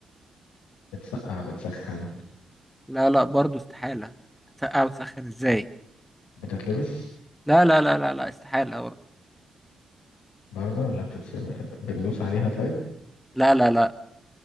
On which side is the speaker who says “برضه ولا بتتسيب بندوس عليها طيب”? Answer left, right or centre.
Left